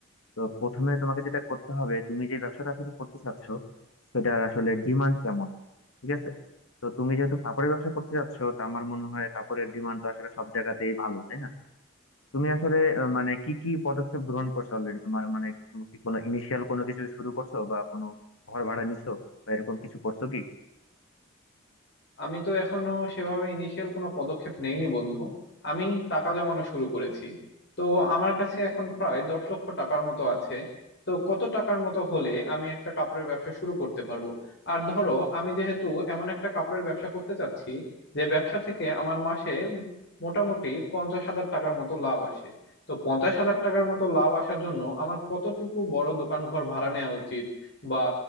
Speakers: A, on the left (about 85°); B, on the left (about 55°).
A: তো প্রথমে তোমাকে যেটা করতে হবে তুমি যে ব্যবসাটা আসলে করতে চাচ্ছ সেটা আসলে ডিমান্ড কেমন ঠিক আছে তো তুমি যেহেতু কাপড়ের ব্যবসা করতে যাচ্ছ তো আমার মনে হয় কাপড়ের ডিমান্ড তো আসলে সব জায়গাতেই ভালো তাই না তুমি আসলে আহ, মানে কি কি পদক্ষেপ গ্রহণ করছো অলরেডি তোমার মানে তুমি কি কোনো ইনিশিয়াল কোনো কিছু শুরু করছো বা কোনো ঘর ভাড়া নিছো বা এরকম কিছু করছো কি
B: আমি তো এখনো সেভাবে ইনিশিয়াল কোনো পদক্ষেপ নেইনি বন্ধু আমি টাকা জমানো শুরু করেছি তো আমার কাছে এখন প্রায় দশ লক্ষ টাকার মতো আছে তো কত টাকার মতো হলে আমি একটা কাপড়ের ব্যবসা শুরু করতে পারবো আর ধরো আমি যেহেতু এমন একটা কাপড়ের ব্যবসা করতে চাচ্ছি যে ব্যবসা থেকে আমার মাসে মোটামুটি পঞ্চাশ হাজার টাকার মতো লাভ আসে তো পঞ্চাশ হাজার টাকার মতো লাভ আসার জন্য আমার কতটুকু বড় দোকান ঘর ভাড়া নেওয়া উচিত বা